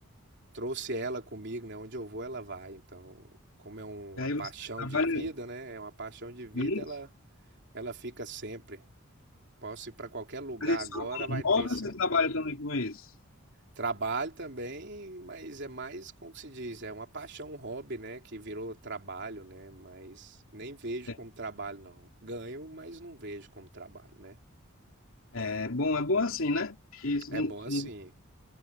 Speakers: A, on the right (about 50°); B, on the left (about 65°).
A: trouxe ela comigo, né? Onde eu vou, ela vai. Então, como é uma
B: E aí
A: paixão
B: você trabalha
A: de vida, né? É uma paixão de vida,
B: com isso?
A: ela, ela fica sempre. Posso ir para qualquer lugar
B: Mas é só
A: agora,
B: como
A: vai ter
B: hobby
A: sempre.
B: ou você trabalha também com isso?
A: Trabalho também, mas é mais, como que se diz, é uma paixão, um hobby, né, que virou trabalho, né, mas nem vejo
B: É,
A: como trabalho, não. Ganho, mas não vejo como trabalho, né.
B: é bom, é bom assim, né? Que Isso
A: É
B: não,
A: bom assim.
B: não,